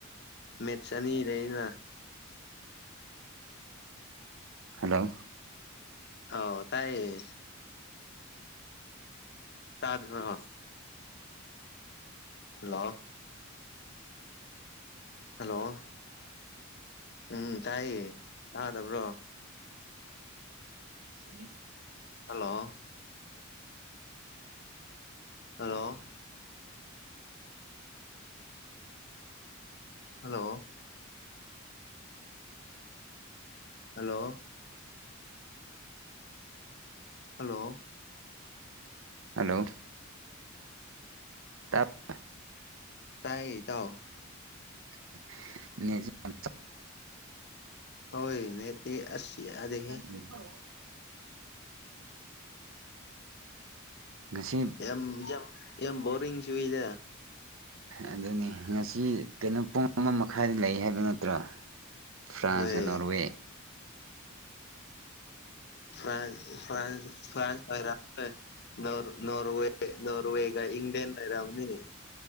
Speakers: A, on the left; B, on the right.
A: ꯃꯦꯠꯁ ꯑꯅꯤ ꯂꯩꯌꯦꯅ꯫
B: ꯍꯜꯂꯣ꯫
A: ꯑꯥꯎ ꯇꯥꯏꯌꯦ꯫ ꯇꯥꯗ꯭ꯔꯦ? ꯍꯜꯂꯣ꯫ ꯍꯜꯂꯣ, ꯎꯝ ꯇꯥꯏꯌꯦ, ꯇꯥꯗꯕ꯭ꯔꯣ?
B: <inaudible>
A: Hello hello hello hello hello
B: hello <unintelligible>
A: ꯇꯥꯏꯌꯦ ꯏꯇꯥꯎ꯫
B: <unintelligible>
A: ꯍꯣꯏ ꯅꯦꯠꯇꯤ ꯑꯁ ꯌꯥꯗꯦꯍꯦ꯫
B: <inaudible> ꯉꯁꯤꯝ
A: ꯌꯥꯝ-ꯌꯥꯝ-ꯌꯥꯝ ꯕꯣꯔꯤꯡ ꯆꯨꯏꯗ꯫
B: ꯑꯗꯨꯅꯤ ꯉꯁꯤ ꯀꯩꯅꯣ ꯄꯨꯡ ꯑꯃ ꯃꯈꯥꯏꯗ ꯂꯩ ꯍꯥꯏꯕ ꯅꯠꯇ꯭ꯔꯣ? ꯐ꯭ꯔꯥꯟꯁꯒ
A: ꯍꯣꯏ
B: ꯅꯣꯔꯋꯦ
A: ꯐ꯭ꯔꯥꯟ ꯐ꯭ꯔꯥꯟꯁ ꯐ꯭ꯔꯥꯟꯁ <unintelligible> ꯅꯣꯔ- ꯅꯣꯔꯋꯦ꯫ ꯅꯣꯔꯋꯦꯒ ꯏꯪꯂꯦꯟ ꯂꯩꯔꯝꯅꯤ꯫